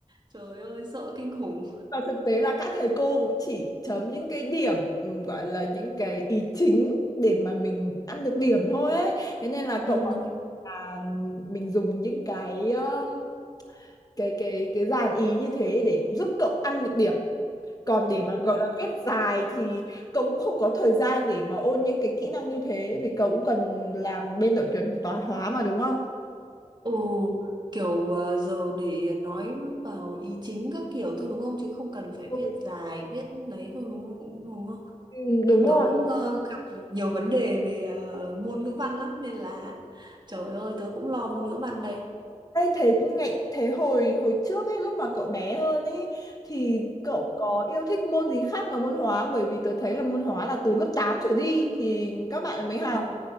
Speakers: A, on the right; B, on the left.
A: trời ơi sợ kinh khủng
B: và thực tế là các thầy cô cũng chỉ chấm những cái điểm ừm, gọi là những cái ý chính để mà mình ăn được điểm thôi ấy. thế nên là
A: Ừ.
B: cậu có thể là mình dùng những cái um, cái cái cái dàn ý như thế để giúp cậu ăn được điểm còn để mà
A: Ừ.
B: gọi là viết dài thì cậu cũng không có thời gian để mà ôn những cái kỹ năng như thế vì cậu cũng cần làm bên đội tuyển toán hóa mà đúng không
A: Ồ, kiểu ờ, giờ để nói vào ý chính các kiểu thôi đúng không? Chứ không cần phải
B: Ừ,
A: viết dài, viết lấy thôi đúng không? Đúng không?
B: ừ,
A: Tại
B: đúng
A: tớ
B: rồi.
A: cũng ờ, gặp nhiều vấn đề về ờ, môn ngữ văn lắm nên là trời ơi tớ cũng lo môn ngữ văn đây.
B: Ê, thế ngày thế hồi hồi trước ấy lúc mà cậu bé hơn ấy thì
A: Ừ.
B: cậu có yêu thích môn gì khác ngoài môn hóa không? bởi vì tớ thấy là môn hóa là từ lớp 8 trở đi thì các bạn mới học.
A: Ừ.